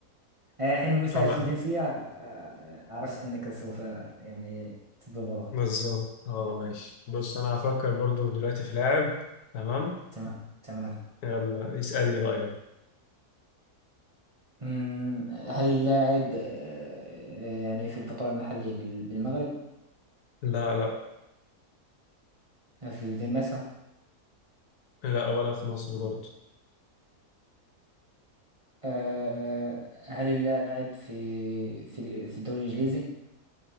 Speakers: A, on the right; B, on the left.
A: آه، حين مسألة
B: خلاص
A: الجنسية آه، عرفت أنك سوف يعني تضبطه
B: بالظبط اه ماشي بص أنا هفكر برضو دلوقتي في لاعب تمام
A: تمام تمام
B: يلا اسألني بقى يلا
A: أمم، هل اللاعب آه، يعني في البطولة المحلية بال- بالمغرب
B: لا لا
A: آه، في في مصر
B: لا ولا في مصر برضو
A: آه، هل اللاعب في في في الدوري الإنجليزي